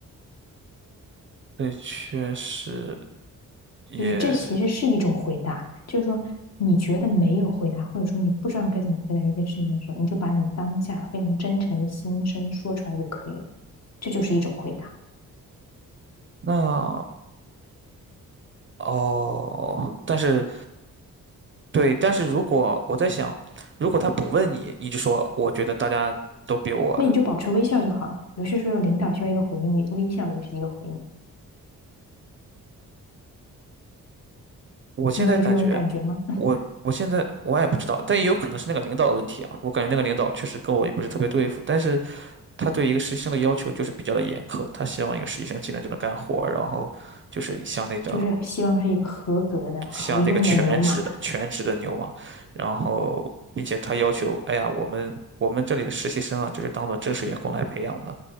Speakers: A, on the right; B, on the left.
A: 对，确实也
B: 就是这其实是一种回答，就是说你觉得没有回答，或者说你不知道该怎么回答一件事情的时候，你就把你当下非常真诚的心声说出来就可以了，这就是一种回答。
A: 那哦，但是对，但是如果我在想，如果他不问你，你就说我觉得大家都比我，
B: 那你就保持微笑就好了。有些时候领导需要一个回应，微笑也是一个回应。
A: 我现在感觉
B: 你没有这种感觉吗？<laughs>
A: 我我现在我也不知道，但也有可能是那个领导的问题啊。我感觉那个领导确实跟我也不是特别对付，但是他对一个实习生的要求就是比较的严苛，他希望一个实习生进来就能干活儿然后就是像那种
B: 就是希望是一个合格的、
A: 像那个全职的全职的牛马，
B: 好用的牛马。
A: 然后并且他要求，哎呀，我们我们这里的实习生啊，就是当做正式员工来培养的，